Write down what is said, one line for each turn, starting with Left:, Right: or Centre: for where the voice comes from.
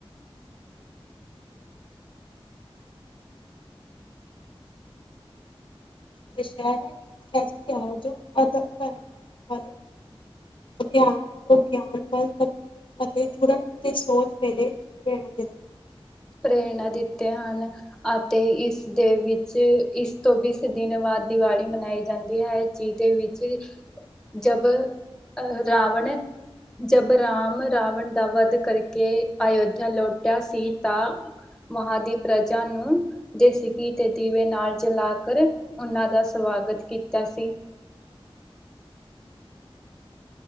Left: ਜ <inaudible> ਇੱਕਜ ਤਰ ਜੋ <inaudible> ਧਰਮਾਂ ਵੱਲ ਅਭਿਆਨ ਤੋਂ ਗਿਆਨ ਵੱਲ ਅਤੇ ਜੁੜਨ ਤੇ ਸੋਚ ਵੇਲੇ ਭੇਣ ਦਦਾ ਹੈ <inaudible>
Centre: ਪ੍ਰੇਰਨਾ ਦਿੱਤੇ ਹਨ ਅਤੇ ਇਸਦੇ ਵਿੱਚ ਇਸ ਤੋਂ ਬ ਦਿਨ ਬਾਅਦ ਦੀਵਾਲੀ ਮਨਾਈ ਜਾਂਦੀ ਹੈ ਜਿਹਦੇ ਵਿੱਚ ਜਬ ਅਹ ਰਾਵਣ ਜਬ ਰਾਮ ਰਾਵਣ ਦਾ ਵੱਧ ਕਰਕੇ ਅਯੋਧਿਆ ਲੁਟਿਆ ਸੀ ਤਾਂ ਵਹਾਂ ਦੀ ਪ੍ਰਜਾ ਨੇ ਦੇਸੀ ਘੀ ਦੇ ਦੀਵੇ ਨਾਲ ਜਲਾ ਕੇ ਉਹਨਾਂ ਦਾ ਸਵਾਗਤ ਕੀਤਾ ਸੀ।